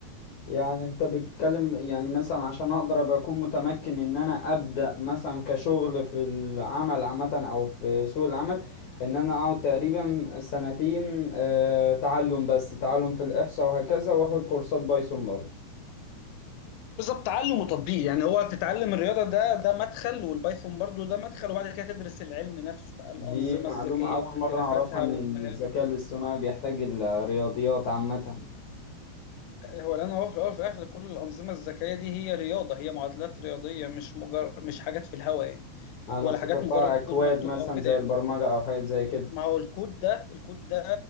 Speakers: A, on the left; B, on the left.
A: يعني انت بتتكلم يعني مثلا عشان اقدر ابقى اكون متمكن ان انا ابدأ مثلا كشغل في العمل عامة او في سوق العمل ان انا اقعد تقريبا سنتين اه، تعلم بس تعلم في الاحصاء وهكذا واخد كورسات بايثون برضه
B: بالظبط تعلم وتطبيق يعني هو تتعلم الرياضة ده ده مدخل والبايثون برضو ده مدخل وبعد كده تدرس العلم نفسه بقى الأنظمة
A: دي معلومة
B: الذكية
A: أول
B: باختلافاتها
A: مرة أعرفها إن
B: والمهارات
A: إن الذكاء الاصطناعي بيحتاج الرياضيات عامة
B: هو لأن هو في الأول وفي الآخر كل الأنظمة الذكية دي هي رياضة هي معادلات رياضية مش مجرد مش حاجات في الهوا يعني
A: أنا
B: ولا
A: افتكرتها
B: حاجات مجرد
A: أكواد
B: كود مكتوب
A: مثلا
B: أو كده
A: زي
B: يعني
A: البرمجة أو حاجات زي كده
B: ما هو الكود ده الكود ده